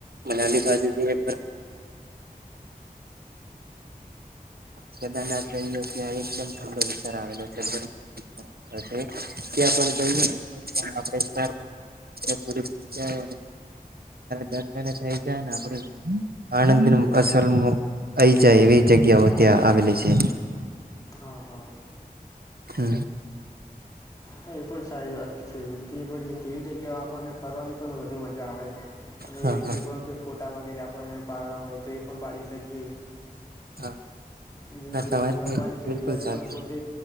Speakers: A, on the right; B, on the left.
A: મનાલી બાજુ વિ કેદારનાથઈએ ત્યા એકદમ ઠંડો વિસ્તાર આવેલો છે આવે છે ત્યાં આપરીાય દર્દને થઈ જાયને આપ આનંદ અસર આઈ જાય એવી જગ્યાઓ ત્યાં આવેલી છે
B: હા હા
A: હમ
B: હા એ પણ સારી વાત છે તે તેવી જગ્યા આપણને ફરવાની પણ વધુ મજા આવે અને
A: હા હા
B: જે પણ કોઈ ફોટા વગેરે પણ એ પાડવા હોય તો એ પણ પાડી શકીએ
A: હા
B: એવું
A: ના તમારી
B: જમવાની
A: કઈ વાત બિલકુલ
B: સુવિધા એ
A: સાચી
B: પણ પોતે